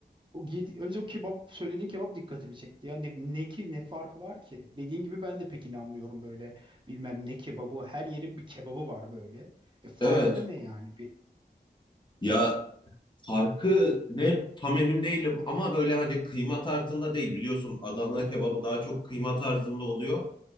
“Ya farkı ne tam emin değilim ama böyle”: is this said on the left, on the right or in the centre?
Left